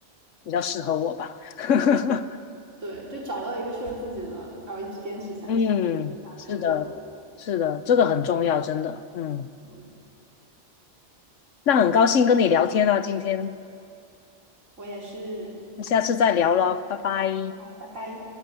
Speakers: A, on the left (about 90°); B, on the right (about 85°).
A: 比较适合我吧。<laughs>
B: 对，就找到一个适合自己的，然后一直坚持下去，
A: 嗯，
B: 就看成果的。
A: 是的，是的，这个很重要，真的。嗯，
B: 嗯，
A: 那很高兴跟你聊天啊，今天，
B: 我也是。
A: 那下次再聊了，拜拜。
B: 好，拜拜。